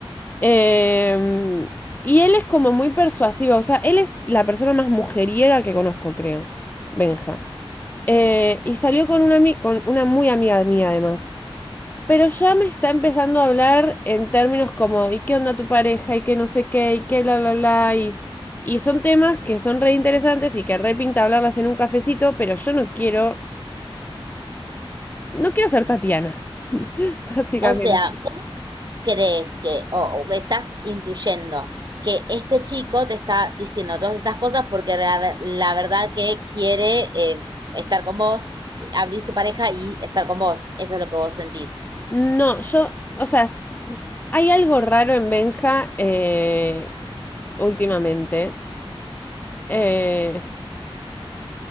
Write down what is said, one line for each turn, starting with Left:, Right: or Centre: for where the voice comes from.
Left: Eh, y él es como muy persuasivo, o sea, él es la persona más mujeriega que conozco, creo, Benja. Eh, y salió con una, con una muy amiga mía, además. Pero ya me está empezando a hablar en términos como, ¿y qué onda tu pareja? ¿Y qué no sé qué? ¿Y qué bla, bla, bla? Y, y son temas que son re interesantes y que re pinta hablarlas en un cafecito, pero yo no quiero, no quiero ser Tatiana, <laughs> básicamente.
Right: O sea, vos crees que, o, o que estás intuyendo que este chico te está diciendo todas estas cosas porque la, ver- la verdad que quiere eh, estar con vos, abrir su pareja y estar con vos. Eso es lo que vos sentís.
Left: No, yo, o sea, s- hay algo raro en Benja eh, últimamente. Eh,